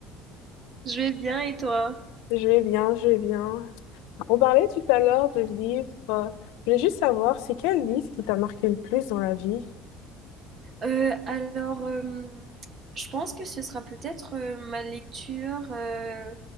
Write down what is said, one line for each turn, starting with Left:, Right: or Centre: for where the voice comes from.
Right: Je vais bien et toi?
Left: Je vais bien, je vais bien. On parlait tout à l'heure de livres. euh, Je voulais juste savoir, c'est quel livre qui t'a marqué le plus dans la vie?
Right: Euh, alors, euh, je pense que ce sera peut-être euh, ma lecture euh,